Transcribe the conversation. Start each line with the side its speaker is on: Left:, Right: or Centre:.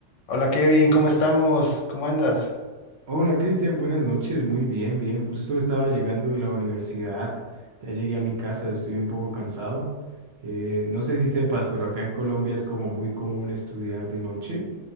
Left: Hola Kevin, ¿cómo estamos? ¿Cómo andas?
Right: Hola Cristian, buenas noches, muy bien, bien, justo estaba llegando de la universidad, ya llegué a mi casa, estoy un poco cansado. Eh, no sé si sepas, pero acá en Colombia es como muy común estudiar de noche,